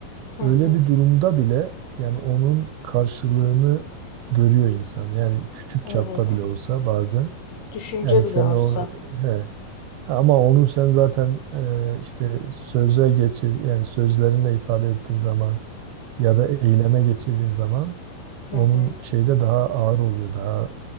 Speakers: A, on the left; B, on the right.
A: hı.
B: Öyle
A: hı.
B: bir durumda bile yani onun karşılığını görüyor insan. Yani küçük
A: Evet,
B: çapta bile olsa bazen.
A: düşünce
B: Yani sen
A: bile olsa.
B: o he ama onu sen zaten e, işte söze geçir yani sözlerinle ifade ettiğin zaman ya da eyleme geçirdiğin zaman
A: Hı
B: onun
A: hı.
B: şeyde daha ağır oluyor daha